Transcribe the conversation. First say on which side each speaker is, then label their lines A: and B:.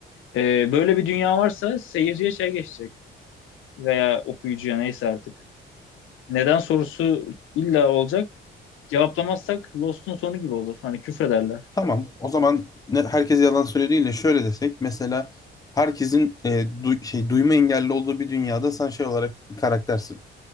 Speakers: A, on the left; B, on the left.
A: e, böyle bir dünya varsa seyirciye şey geçecek. Veya okuyucuya neyse artık. Neden sorusu illa olacak. Cevaplamazsak Lost'un sonu gibi olur. Hani küfrederler.
B: tamam. O zaman ne, herkes yalan söylüyor değil de şöyle desek. Mesela herkesin e, du- şey duyma engelli olduğu bir dünyada sen şey olarak bir karaktersin.